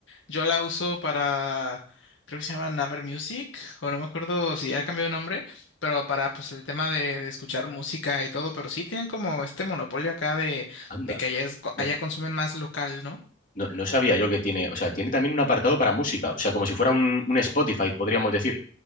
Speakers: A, on the left; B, on the left.
A: Yo la uso para, creo que se llama Naver Music, o no me acuerdo si ya cambió de nombre, pero para pues el tema de, de escuchar música y todo, pero sí tienen como este monopolio acá de,
B: Anda.
A: de que allá, es-
B: No,
A: allá consumen más local, ¿no?
B: no, no sabía yo que tiene... O sea, tiene también un apartado para música. O sea, como si fuera un, un Spotify, podríamos decir.